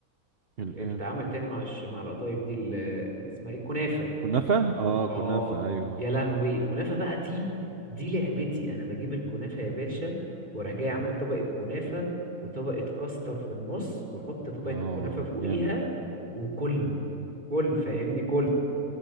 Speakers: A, on the right; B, on the right.
A: الايه
B: بتتعامل تاني مع الش... مع القطايف دي ال- اللي اسمها ايه الكنافه
A: كنافه اه كنافه
B: اه
A: ايوه
B: يا لهوي الكنافه بقى دي دي لعبتي انا بجيب الكنافه يا باشا واروح جاي عامل طبقه كنافه وطبقه كاستر في النص واحط طبقه
A: اه
B: الكنافه فوقيها
A: جامد
B: وكل كل فاهمني كل